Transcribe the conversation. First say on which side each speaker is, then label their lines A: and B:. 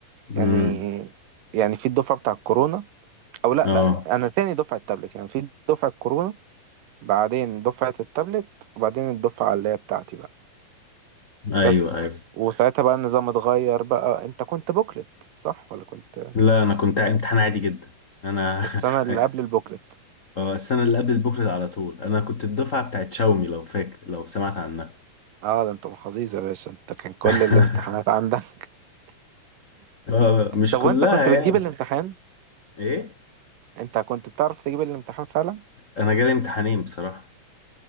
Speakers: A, on the left (about 65°); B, on the right (about 75°).
A: امم
B: يعني يعني في الدفعة بتاع الكورونا أو لأ
A: اه
B: لأ أنا تاني دفعة التابلت يعني في دفعة الكورونا بعدين دفعة التابلت وبعدين الدفعة اللي هي بتاعتي بقى
A: ايوه
B: بس
A: ايوه
B: وساعتها بقى النظام اتغير بقى أنت كنت بوكلت صح ولا كنت
A: لا انا كنت امتحان عادي جدا انا
B: السنة
A: <laughs>
B: اللي قبل البوكلت
A: اه السنه اللي قبل بكره على طول انا كنت الدفعه بتاعت شاومي لو فاكر لو سمعت عنها
B: اه ده انت محظوظ يا باشا انت كان كل
A: <laughs>
B: الامتحانات عندك <laughs>
A: اه مش
B: طب
A: كلها
B: وانت كنت
A: يعني
B: بتجيب الامتحان
A: ايه
B: انت كنت بتعرف تجيب الامتحان فعلا
A: انا جالي امتحانين بصراحه